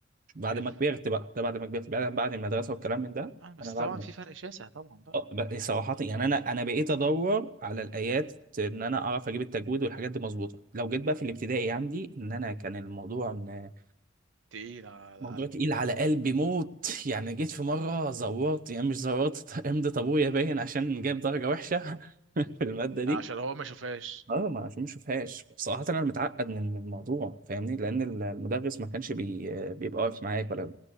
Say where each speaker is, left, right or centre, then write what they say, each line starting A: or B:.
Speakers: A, on the right; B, on the right.
A: بعد
B: حلو
A: ما كبرت بقى ده بعد ما كبرت بعد بعد المدرسه والكلام من ده
B: اه بس
A: انا بعد
B: طبعا
A: ما
B: في فرق شاسع طبعا بقى
A: آه، ب- صراحة يعني أنا أنا بقيت أدور على الآيات إن أنا أعرف أجيب التجويد والحاجات دي مظبوطة، لو جيت بقى في الابتدائي عندي إن أنا كان الموضوع إن
B: تقيل على
A: موضوع
B: قلبك
A: تقيل على قلبي موت، يعني جيت في مرة زورت يعني مش زورت <laughs> امضي أبويا باين عشان جايب درجة وحشة <laughs> في المادة دي.
B: عشان هو ما شافهاش
A: اه ما عشان ما اشوفهاش بصراحة انا متعقد من الموضوع فاهمني لان ال- المدرس ما كانش بي... بيبقى واقف معاك ولا